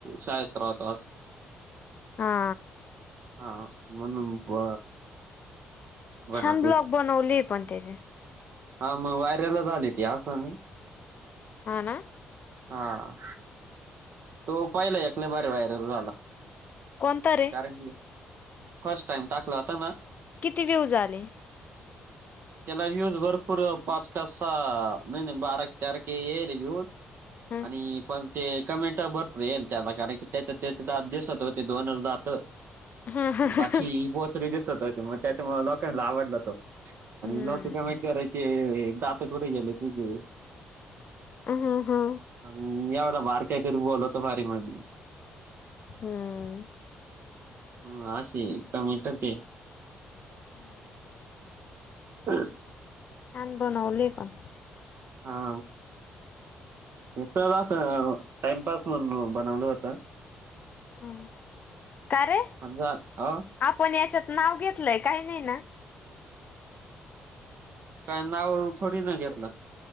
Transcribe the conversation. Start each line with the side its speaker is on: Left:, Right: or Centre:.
Right: शाळेत राहतोस असं
Left: हा
Right: हा म्हणून ब बन.
Left: छान ब्लॉग बनवले पण त्याचे.
Right: हा मग वायरला झाली ती आसा मी.
Left: हा ना
Right: हा तो पहिला एक लई भारी व्हायरल झाला.
Left: कोणता रे?
Right: कारण की फर्स्ट टाइम टाकल आता ना.
Left: किती व्ह्यूज झाले?
Right: त्याला व्ह्यूज भरपूर पाच का सहा नाही नाही बारा तेरा के येईल व्ह्यूज.
Left: ह
Right: आणि पण ते. कमेंट भरपूर येयला थ्या कारण की त्याच्यात त्याचे दात दिसत होते दोनचं दात.
Left: हा हा हा.
Right: बाकी बोचरे दिसत होते मग त्याच्यामुळ लोकांना आवडला तो. आणि
Left: हम्म.
Right: लोक कमेंट करायचे दात कुठं गेले तुझे.
Left: हा हा.
Right: आणि एवढा बारका आहे तरी बोलतो भारी म्हणे.
Left: हम्म
Right: आ असे कमेन्ट होते.
Left: हम्म
Right: ह
Left: छान बनवली पण.
Right: हा हे सर असं टाइमपास म्हणून बनवलं होतं
Left: ह का रे
Right: समजा अ
Left: आपण याच्यात नाव घेतलंय काही नाही ना
Right: काय नाव थोडी न घेतलं